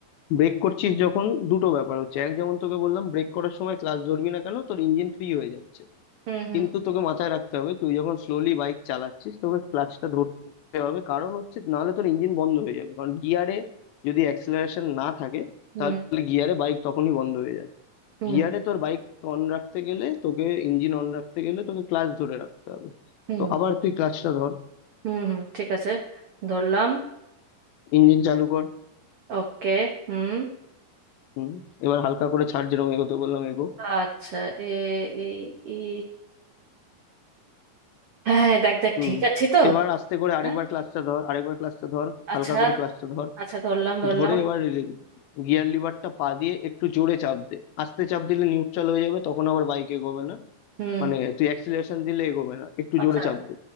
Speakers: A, on the left; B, on the right.
A: ব্রেক করছিস যখন দুটো ব্যাপার হচ্ছে এক যেমন তোকে বললাম ব্রেক করার সময় ক্লাস ধরবি না কেন তোর ইঞ্জিন ফ্রি হয়ে যাচ্ছে
B: হুম হুম
A: কিন্তু তোকে মাথায় রাখতে হবে তুই যখন স্লোলি বাইক চালাচ্ছিস তোকে ক্লাচটা ধরতে হবে কারণ হচ্ছে নাহলে তোর ইঞ্জিন বন্ধ হয়ে যাবে কারণ গিয়ারে যদি অ্যাক্সেলারেশন না থাকে
B: হুম
A: তাহলে গিয়ারে বাইক তখনই বন্ধ হয়ে যাবে
B: হুম
A: গিয়ারে তোর বাইক অন রাখতে গেলে তোকে ইঞ্জিন অন রাখতে গেলে তোকে ক্লাচ ধরে রাখতে হবে
B: হুম
A: তো আবার তুই ক্লাচটা ধর
B: হুম হুম ঠিক আছে ধরলাম
A: ইঞ্জিন চালু কর
B: ওকে হুম
A: হুম এবার হালকা করে ছাড় যেরকম এগোতে বললাম এগো
B: আচ্ছা এ এই ই হ্যাঁ হ্যাঁ, দেখ দেখ
A: হুম
B: ঠিক আছে তো
A: এবার আস্তে করে আরেকবার
B: হ্যাঁ
A: ক্লাচটা ধর আরেকবার ক্লাচটা ধর
B: আচ্ছা
A: হালকা করে ক্লাচটা ধর
B: আচ্ছা ধরলাম ধরলাম
A: ধরে এবার গিয়ার লিভারটা পা দিয়ে একটু জোরে চাপ দে আস্তে চাপ দিলে নিউট্রাল হয়ে যাবে তখন আবার বাইক এগোবে না
B: হুম
A: মানে তুই অ্যাক্সিলারেশন দিলে এগোবে না একটু
B: আচ্ছা
A: জোরে চাপ দে